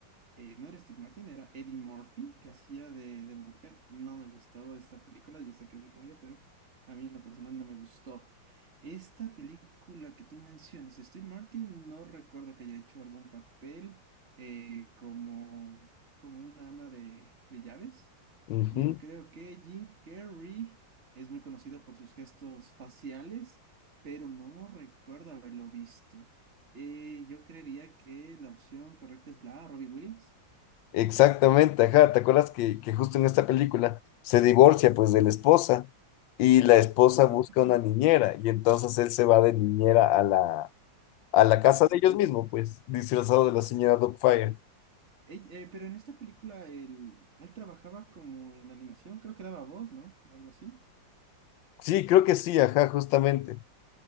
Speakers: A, on the right; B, on the left.
A: eh, no era Steve Martin, era Eddie Murphy, que hacía de, de mujer. No me gustaba esta película, yo sé que es de comedia, pero a mí en lo personal no me gustó. Esta película que tú mencionas, Steve Martin, no recuerdo que haya hecho algún papel eh, como, como una ama de, de llaves.
B: Ujú.
A: Yo creo que Jim Carrey es muy conocido por sus gestos faciales, pero no recuerdo haberlo visto. Eh, yo creería que la opción correcta es la A, Robbie Williams.
B: Exactamente, ajá, ¿te acuerdas que, que justo en esta película se divorcia pues de la esposa y la esposa
A: Sí, sí, sí,
B: busca una niñera y entonces él se va de niñera a la, a la
A: a la
B: casa
A: casa de
B: de
A: ella,
B: ellos
A: ¿no?
B: mismos, pues, disfrazado de la señora Dogfire.
A: Ey, eh, pero en esta película él, él trabajaba como en animación, creo que daba voz, ¿no? Algo así.
B: Sí, creo que sí, ajá, justamente.